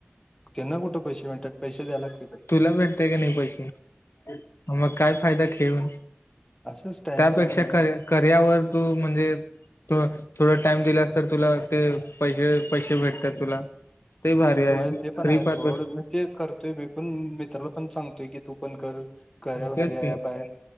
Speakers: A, on the left; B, on the left.
A: त्यांना कुठं पैसे मिळतात पैसे द्याय लागते तरी.
B: तुला भेटते का नाही पैसे? मग काय फायदा खेळून.
A: असंच टाइमपास
B: त्यापेक्षा
A: म्हणून
B: करया कर्यावर तू म्हणजे तु थोडा टाइम दिलास तर तुला ते पैशे पैशे भेटत्यात तुला. ते भारी
A: होय
B: आहे
A: ते पण
B: ख्रीपात.
A: आहे सोड
B: <unintelligible>
A: मी ते करतोय मी पण मित्राला पण सांगतोय की तू पण कर कार्य भारी
B: तेच की.
A: ऍप आहे.